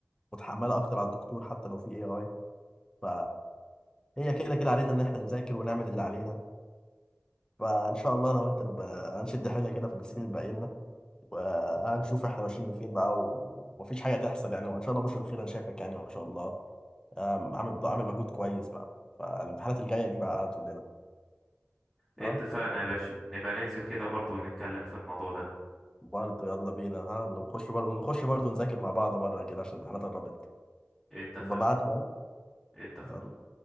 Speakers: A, on the left; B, in the centre.
A: متحمله اكتر على الدكتور حتى لو في اي اي ف هي كده كده علينا ان احنا نذاكر ونعمل اللي علينا فان شاء الله انا وانت نبقى هنشد حيلنا كده في السنين اللي باقي لنا وهنشوف احنا ماشيين فين بقى و- ومفيش حاجه تحصل يعني وان شاء الله بشرة خير انا شايفك يعني ما شاء الله أم، عامل عامل مجهود كويس بقى فالامتحانات الجايه دي بقى هتقول لنا
B: اتفقنا
A: ها
B: يا باشا نبقى ننزل كده برضو ونتكلم في الموضوع ده
A: برضه يلا بينا ها نخش برضه نخش برضه نذاكر مع بعض مره كده عشان الامتحانات قربت
B: اتفق
A: ببعت لك
B: اتفق
A: يلا